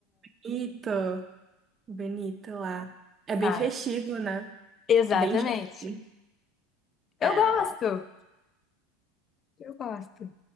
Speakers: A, on the right; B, on the left.
A: Ito, bonito lá. É
B: sabe?
A: bem festivo, né?
B: Exatamente.
A: Bem jovem.
B: Eu
A: É.
B: gosto. Eu gosto.